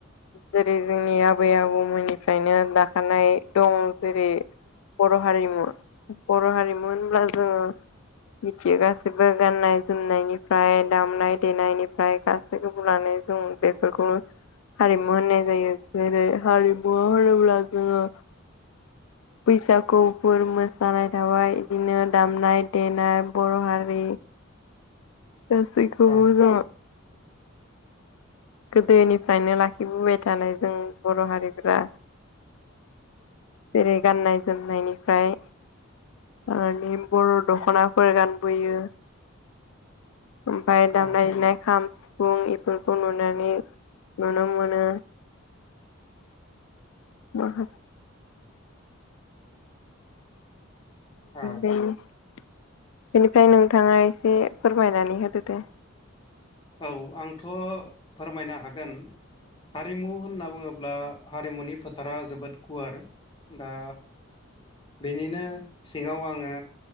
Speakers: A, on the left (about 80°); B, on the left (about 25°).
A: जेरै जोंनि आबै आबौमोननिफ्रायनो दाखानाय दं जेरै बर' हारिमु बर' हारिमु होनब्ला जोङो मिथियो गाैबो गाननाय जोमनायनिफ्राय दामनाय देनायनिफ्राय गा खौनानै जों बेफोरखौ हारिमु होननाय जायो जेरै हारिमु होनोब्ला जोङो बैसागुफोर मोसानाय थाबाय बिदिनो दामनाय देनाय बर' हारि दासैखौबो
B: औ
A: जों गोदोनिफ्रायनो लाखिबोबाय थानाय जों बर' हारिफोरा जेरै गाननाय जोमनायनिफ्राय मानि बर' दखनाफोर गानबोयो ओमफफ्राय दामनाय
B: औ
A: देनाय खाम सिफुं इफोरखौ नुनो नुनो मोनो <unintelligible>
B: औ
A: ओं बेनिफ्राय नोंथाङा एसे फोरमायनानै होदो दे
B: औ आंथ फोरमायनो हागोन हारिमु होनना बुङोब्ला हारिमुनि फोथारा जोबोद गुवार दा बेनिनो सिङाव आङो